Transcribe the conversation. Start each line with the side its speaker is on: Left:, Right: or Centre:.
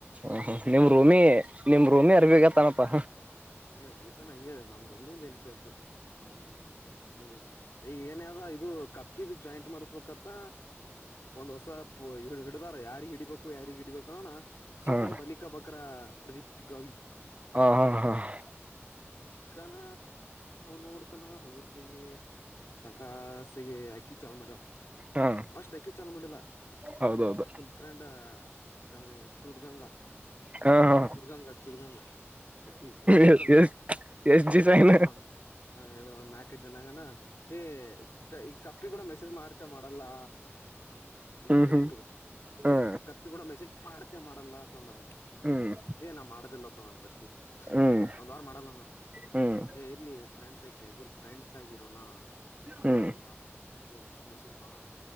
Right: ಹ ಹ ನಿಮ್ ರೂಮಿ ನಿಮ್ ರೂಮಿ ಅರಿಬೇಕತನಪ್ಪಾ
Left: ನೀ ಹೋಗಿತಾನ ಹಂಗೆ ನಮ್ ರೂಮಿಂದ ಏನ್ ಕೇಳ್ತಿ ಹ್ಮ್ ಈ ಏನಯದ ಇದು ಕಪ್ಪಿದ ಜಾಯಿಂಟ್ ಮಾಡಸ್ಬೇಕತ್ತ ಒಂದ್ ಹೊಸ ಪೋ <unintelligible> ಹಿಡ್ದಾರ ಯಾರಿಗ್ ಹಿಡಬೇಕು ಯಾರಿಗ್ ಹಿಡಬೇಕು ಅನ್ನೋಣ ಚಿಕ್ಕನ್
Right: ಹ
Left: ಬಲಿಕಾ ಬಕ್ರ ಪ್ರದೀಪ್ ಚಿಗ್ಗಾವಿ
Right: ಹಾ ಹಾ <inaudible>
Left: ಚಿಕ್ಕಾನ ನೋಡ್ತಾನ ಹಗುರ್ಕೆಗೆ ಸಾಕಾಸಿಗೆಕ ಅಕ್ಕಿ ಚಾಲುವ್ ಮಾಡ್ಯಾಳ
Right: ಹಾ
Left: ಫಸ್ಟ ಅಕಿ ಚಾಲು ಮಾಡಿಲ್ಲ <inaudible>
Right: ಹೌದೌದು
Left: ಆಕಿನ ಅದ ಅದ ಗಂಗ ಚೂದ ಗಂಗಾ
Right: ಹಾ ಹಾ
Left: ಚುದಗಂಗಾ ಚುದಗಂಗಾ ಆಕಿ ಆಕಿ
Right: ಎಸ್
Left: ಚಲೂ ಮಾಡ್ಯಾಳ
Right: ಎಸ್ ಎಸ್ ಡಿಸೈನ್
Left: ಅಕಿತರ ನೋಡ್ ಎ ಒಂದ ನಾಕೈಐದ ದಿನಗಣ ಏ ಈ ಕಪ್ಪಿ ಕೂಡ ಮೆಸೇಜ್ ಮಾಡ್ತಿ ಮಾಡಲ್ಲಾ
Right: ಹ್ಮ್
Left: ಪ್ರದೀಪ್ಗ
Right: ಹ್ಮ್
Left: ಎ
Right: ಹ
Left: ಕಪ್ಪಿಕೂಡ ಮೆಸೇಜ್ ಮಾಡ ಮಾಡಲ್ಲತಾ ಅಂದಳ ಅಕಿ
Right: ಹ್ಮ್
Left: ಏ ನಾ ಮಾಡದಿಲ್ಲ ತಂದಣ ಪಸ್ಟಿಗೆ
Right: ಹ್ಮ್
Left: ಒಂದ್ ವಾರ ಮಾಡಲ್ಲ
Right: ಹ್ಮ್
Left: ಏ ಇರ್ಲಿ ಫ್ರೆಂಡ್ಸ್ ಕ್ಯಾಜುವಲ್ ಫ್ರೆಂಡ್ಸ್ ಆಗಿರೋನಾ
Right: ಹ್ಮ್
Left: ಮಾಡ
Right: ಹ್ಮ್
Left: ಮಾಡ ಇದ ಟ್ವಿಸ್ಟ್ ಮಾಡ